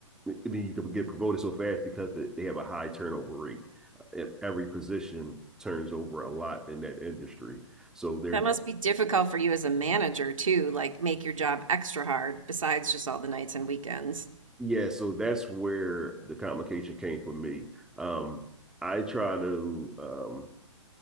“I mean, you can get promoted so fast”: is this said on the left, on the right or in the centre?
Centre